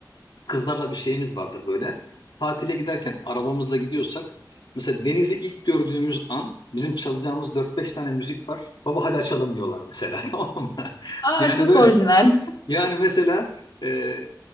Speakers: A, on the left (about 85°); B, on the left (about 65°).
A: kızlarla bir şeyimiz vardır böyle. Tatile giderken arabamızla gidiyorsak mesela denizi ilk gördüğümüz an bizim çalacağımız dört beş tane müzik var. Baba hadi açalım diyorlar mesela <laughs> tamam mı?
B: Aa
A: Yani
B: çok
A: böyle
B: orijinal.
A: yani mesela e,